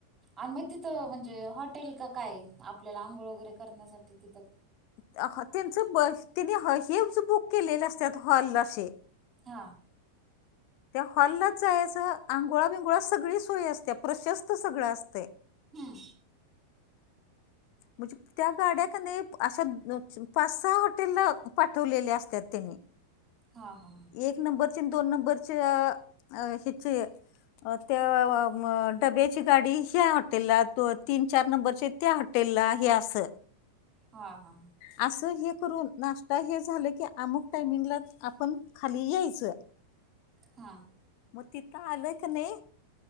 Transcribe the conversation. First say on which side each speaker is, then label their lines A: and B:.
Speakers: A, on the right; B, on the left.
A: आणि मग तिथं म्हणजे हॉटेल का काय आपल्याला आंघोळ वगैरे करण्यासाठी तिथं?
B: अ ख त्यांचं बस त्यांनी हा हे <unintelligible> बुक केलेले असतात हॉल अशे.
A: हां.
B: त्या हॉलाच आहे स आंघोळा बिंगोळा सगळी सोय असते प्रशस्त सगळं असतय.
A: हम्म
B: म्हणजे त्या का नाही अशे <unintelligible> पाच-सहा हॉटेल पाठवलेले अस त्यात त्यानी
A: हा हा
B: एक नंबरचे अन दोन नंबरचे अ अ हेचे अ त्याव व म डब्याची गाडी ह्या हॉटेलला तो तीन-चार नंबरचे त्या हॉ टेलला हे असं.
A: हा हा हा.
B: असं हे करून नाश्ता हे झालं की अमुक टायमिंगलाच आपण खाली यायचं. अ
A: हां.
B: म तिथ आलं क नाही